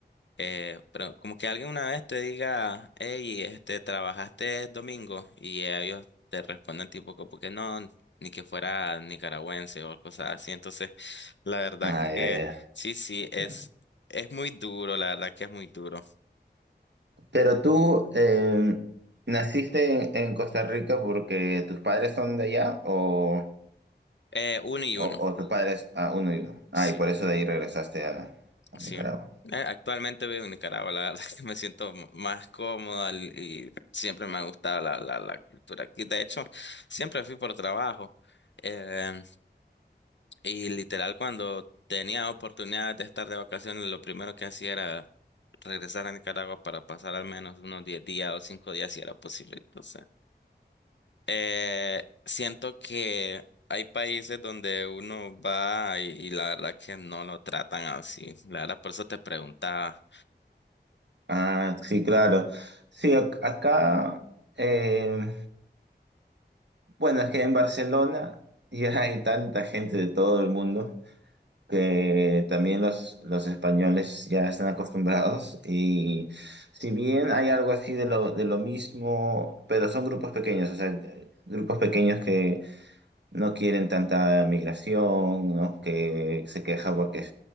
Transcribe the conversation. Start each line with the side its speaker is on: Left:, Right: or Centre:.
Left: eh, pero como que alguien una vez te diga, hey, este, trabajaste domingo y ellos te responden tipo como que no, ni que fuera nicaragüense o cosas así. Entonces, la verdad
Right: Ah, ya,
Left: que sí, sí, es,
Right: ya.
Left: es muy duro, la verdad que es muy duro.
Right: Pero tú em, naciste en, en Costa Rica porque tus padres son de allá o,
Left: Eh, uno y
Right: o,
Left: uno.
Right: o tus padres, ah, uno y uno. Ah,
Left: Sí.
Right: y por eso de ahí regresaste a, a Nicaragua.
Left: Sí, Eh, actualmente vivo en Nicaragua, la verdad es que <laughs> me siento m- más cómoda l- y siempre me ha gustado la, la, la cultura aquí. De hecho, siempre fui por trabajo eh, y literal cuando tenía oportunidad de estar de vacaciones, lo primero que hacía era regresar a Nicaragua para pasar al menos unos 10 días o 5 días si era posible. Entonces, eh, siento que hay países donde uno va y, y la verdad que no lo tratan así. La verdad, por eso te preguntaba.
Right: Ah, sí, claro. Sí, ac- acá, em, bueno, es que en Barcelona <laughs> ya hay tanta gente de todo el mundo. que también los, los españoles ya están acostumbrados y si bien hay algo así de lo, de lo mismo, pero son grupos pequeños, o sea, eh, grupos pequeños que no quieren tanta migración, ¿no? Que se queja porque